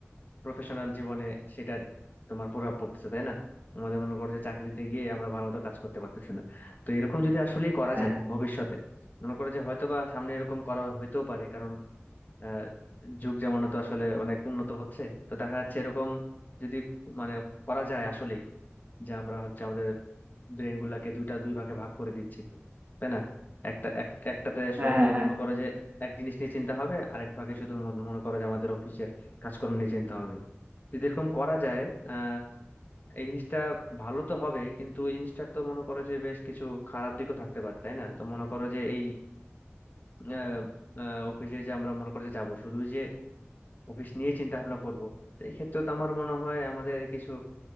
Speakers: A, on the left (about 40°); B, on the right (about 40°).
A: প্রফেশনাল জীবনে সেটার তোমার প্রভাব পড়তেছে তাই না আমাদের মনে করো যে চাকরিতে গিয়ে আমরা ভালো মতো কাজ করতে পারতেছি না তো এরকম যদি আসলে করা
B: হ্যাঁ
A: যায় ভবিষ্যতে মনে করো যে হয়তো বা সামনে এরকম করা হইতেও পারে কারণ আহ, যুগ জামানো তো আসলে অনেক উন্নত হচ্ছে তো দেখা যাচ্ছে এরকম যদি মানে করা যায় আসলেই যে আমরা হচ্ছে আমাদের ব্রেন গুলাকে দুইটা দুই ভাগে ভাগ করে দিচ্ছি তাই না একটা এক- একটাতে
B: হ্যাঁ
A: শু- শুধু
B: হ্যাঁ হ্যাঁ
A: মনে করো যে এক জিনিস নিয়ে চিন্তা হবে আরেক ভাগে শুধু মন- মনে করো যে আমাদের অফিসের কাজকর্ম নিয়ে চিন্তা হবে যদি এরকম করা যায় আহ এই জিনিসটা ভালো তো হবে কিন্তু এই জিনিসটার তো মনে করো যে বেশ কিছু খারাপ দিকও থাকতে পারে তাই না তো মনে করো যে এই আহ, আহ, অফিসে যে আমরা মনে করো যে যাবো শুধু যে অফিস নিয়ে চিন্তা ভাবনা করবো তো এই ক্ষেত্রে তো আমার মনে হয় আমাদের কিছু